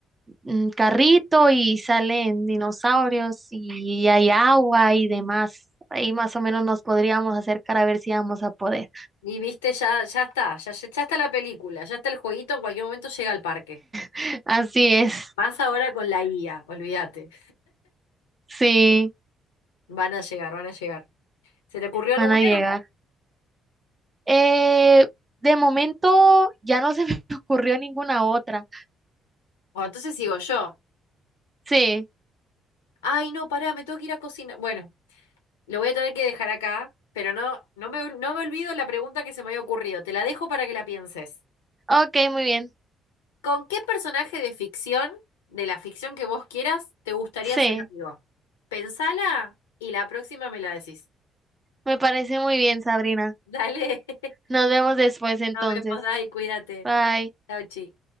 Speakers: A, on the right; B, on the left.
A: mm, carrito y salen dinosaurios y hay agua y demás. Ahí más o menos nos podríamos acercar a ver si vamos a poder.
B: Y viste, ya, ya está, ya, ya ya está la película, ya está el jueguito, en cualquier momento llega al parque.
A: <laughs> Así es,
B: Más ahora con la IA, olvídate.
A: sí,
B: Van a llegar, van a llegar. ¿Se te ocurrió alguna?
A: van a llegar. Eh, de momento ya no se me <laughs> ocurrió ninguna otra.
B: O entonces sigo yo.
A: Sí,
B: Ay, no, pará, me tengo que ir a cocinar. Bueno, lo voy a tener que dejar acá, pero no, no me, no me olvido la pregunta que se me había ocurrido. Te la dejo para que la pienses.
A: ok, muy bien.
B: ¿Con qué personaje de ficción, de la ficción que vos quieras, te gustaría
A: Sí,
B: ser amigo? Pensala y la próxima me la decís.
A: me parece muy bien, Sabrina.
B: Dale, <laughs>
A: Nos vemos después entonces.
B: nos vemos, Dai, cuídate.
A: Bye.
B: Chau, chi.